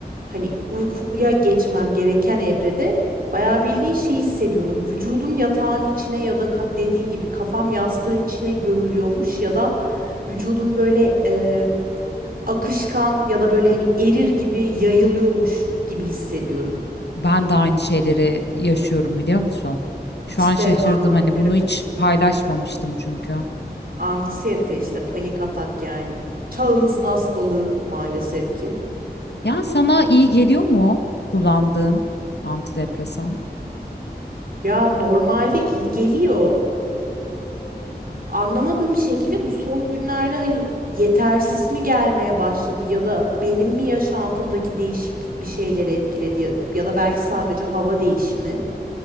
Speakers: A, on the right (about 60°); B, on the left (about 85°).
A: hani uykuya geçmem gereken evrede bayağı bildiğin şey hissediyorum. Vücudum yatağın içine ya da kaf- dediğin gibi kafam yastığın içine gömülüyormuş ya da vücudum böyle e, akışkan ya da böyle hani erir gibi yayılıyormuş gibi hissediyorum.
B: Ben de aynı şeyleri yaşıyorum biliyor musun? Şu
A: İşte
B: an şaşırdım
A: antibiyotik
B: hani bunu hiç paylaşmamıştım çünkü.
A: Anksiyete işte panik atak yani çağımızın hastalığı maalesef ki.
B: Yani sana iyi geliyor mu kullandığın antidepresan?
A: Ya normalde iyi geliyor. Anlamadığım şekilde bu son günlerde hani yetersiz mi gelmeye başladı ya da benim mi yaşantımdaki değişiklik bir şeyleri etkiledi ya, ya da belki sadece hava değişimi.